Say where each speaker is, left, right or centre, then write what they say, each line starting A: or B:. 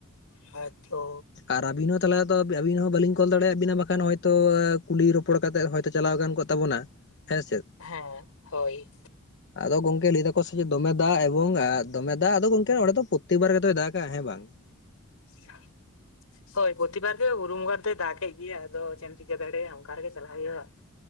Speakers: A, on the left; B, on the left.
A: ᱦᱮᱸᱛᱚ᱾
B: ᱟᱨ ᱟᱵᱤᱱ ᱦᱚᱸ ᱛᱟᱦᱞᱮ ᱟᱫᱚ ᱟᱹᱵᱤᱱ ᱦᱚᱸ ᱵᱟᱹᱞᱤᱧ ᱠᱚᱞ ᱫᱟᱲᱮᱭᱟᱜ ᱵᱤᱱᱟ ᱵᱟᱠᱷᱟᱱ ᱦᱚᱭᱛᱳ ᱠᱩᱞᱤ ᱨᱚᱯᱚᱲ ᱠᱟᱛᱮᱜ ᱦᱚᱭᱛᱚ ᱪᱟᱞᱟᱣ ᱜᱟᱱ ᱠᱚᱜ ᱛᱟᱵᱚᱱᱟ᱾ ᱦᱮᱸ ᱥᱮᱫ?
A: ᱦᱮᱸ ᱦᱳᱭ ᱾
B: ᱟᱫᱚ ᱜᱚᱝᱠᱮ ᱞᱟᱹᱭ ᱮᱫᱟᱠᱚ ᱥᱮ ᱪᱮᱫ ᱫᱚᱢᱮ ᱫᱟᱜ ᱮᱵᱚᱝ ᱼᱼ ᱫᱚᱢᱮ ᱫᱟᱜ ᱟᱫᱚ ᱜᱚᱝᱠᱮ ᱚᱸᱰᱮ ᱫᱚ ᱯᱚᱛᱛᱮᱠᱵᱟᱨ ᱜᱮᱛᱚᱭ ᱫᱟᱜᱼᱟ ᱦᱮᱸ ᱵᱟᱝ ᱾
A: <unintelligible> ᱦᱳᱭ ᱯᱚᱛᱤᱵᱟᱨ ᱜᱮ ᱵᱩᱨᱩ ᱵᱚᱸᱜᱟ ᱨᱮᱫᱚᱭ ᱫᱟᱜᱮᱫ ᱜᱮᱭᱟ ᱟᱫᱚ ᱪᱮᱫ ᱮᱢ ᱪᱤᱠᱟᱹ ᱫᱟᱲᱮᱭᱟᱜᱼᱟ ᱚᱝᱠᱟ ᱨᱮᱜᱮ ᱪᱟᱞᱟᱜ ᱦᱩᱭᱩᱜᱼᱟ ᱾